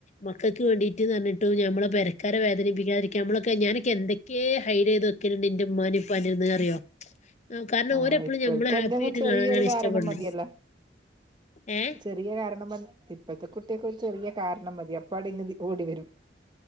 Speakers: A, on the left; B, on the right.
A: മക്കൾക്ക് വേണ്ടീട്ട്ന്ന് പർഞ്ഞിട്ട് ഞമ്മളെ പെരക്കാര വേനിപ്പിക്കാതിരിക്കാ നമ്മളൊക്കെ ഞാനക്ക എന്ത ക്കേ ഹൈഡ് ചെയ്ത് വക്കല്ണ്ട് ഇന്റെ ഇമ്മാനി ഇപ്പാൻ്റെന്ന് അറിയോ. കാരണം
B: ആ
A: ഓരെപ്പളും
B: ഇപ്പോഴത്തെ
A: ഞമ്മളെ ഹാപ്പി
B: എന്തെങ്കി
A: ആയിട്ട്
B: ചെറിയൊരു
A: കാണാനാണ്
B: കാ
A: ഇഷ്ടപ്പെടണെ
B: രണം മതിയല്ല
A: ഏഹ്
B: ചെറിയ കാരണം <unintelligible> ഇപ്പോഴത്തെ കുട്ടിയക്ക് ഒരു ചെറിയ കാരണം മതി അപ്പാടെ ഇങ്ങ് ഓടി വരും.